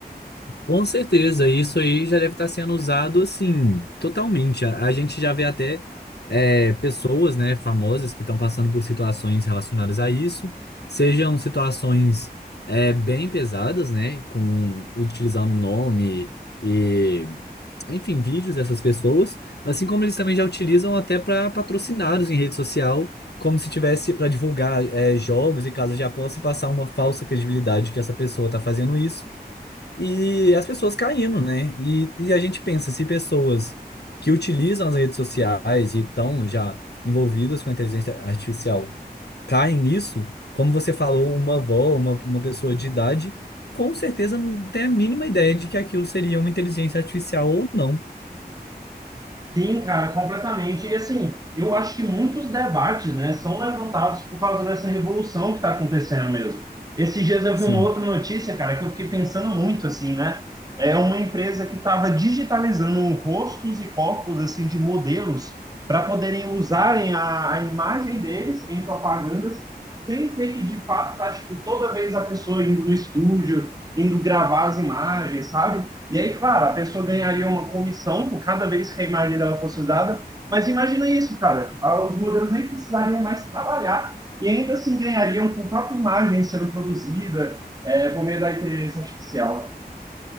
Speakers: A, on the left; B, on the right.
A: Com certeza, isso aí já deve estar sendo usado assim, totalmente. A, a gente já vê até é, pessoas, né, famosas que estão passando por situações relacionadas a isso, sejam situações é, bem pesadas, né, com utilizando nome e, enfim, vídeos dessas pessoas, assim como eles também já utilizam até para patrocinados em rede social, como se tivesse para divulgar é, jogos e casas de aposta e passar uma falsa credibilidade que essa pessoa está fazendo isso. e as pessoas caindo, né? E, e a gente pensa, se pessoas que utilizam as redes sociais e estão já envolvidas com a inteligência artificial caem nisso, como você falou, uma avó, uma, uma pessoa de idade, com certeza não tem a mínima ideia de que aquilo seria uma inteligência artificial ou não.
B: Sim, cara, completamente. E assim, eu acho que muitos debates, né, são levantados por causa dessa revolução que está acontecendo mesmo. Esses dias eu
A: Sim.
B: vi uma outra notícia, cara, que eu fiquei pensando muito, assim, né? É uma empresa que estava digitalizando rostos e corpos, assim, de modelos para poderem usarem a, a imagem deles em propagandas sem ter que, de fato, tá, tipo, toda vez a pessoa indo no estúdio, indo gravar as imagens, sabe? E aí, claro, a pessoa ganharia uma comissão por cada vez que a imagem dela fosse usada. Mas imagina isso, cara. Os modelos nem precisariam mais trabalhar e ainda assim ganhariam com a própria imagem sendo produzida é, por meio da inteligência artificial.